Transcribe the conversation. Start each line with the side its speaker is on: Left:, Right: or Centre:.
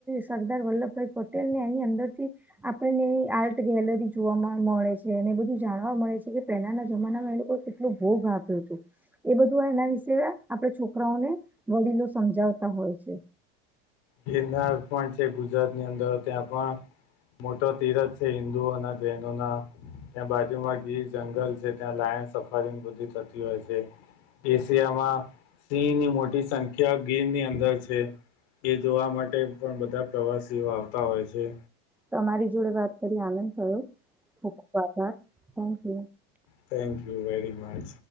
Centre: સરદાર વલ્લભભાઈ પટેલ ને એની અંદર થી આપણે આર્ટ ગેલરી જોવા મળે છે અને બધું જાણવા મળે છે કે પેલાના જમાનામાં એ લોકો કેટલું બો ભાગ્યું તુ એ બધું એના વિશે આપે છોકરાઓને વડીલો સમજાવ તા હોય છે
Left: ગિરનાર પણ છે ગુજરાત ની અંદર ત્યાં પણ મોટો તીરથ છે હિન્દુઓના જૈનો ના ત્યાં બાજુમાં ગીર જંગલ છે ત્યાં લાય સફરી ને બધી થતી હોય છે એશિયામાં સિંહ ની મોટી સંખ્યા ગીરની અંદર છે એ જોવા માટે પણ બધા પ્રવાસીઓ આવતા હોય છે
Centre: તમારી જોડે વાત કરી આનંદ થયો ખુબ ખુબ આભાર thank you
Left: thank you very much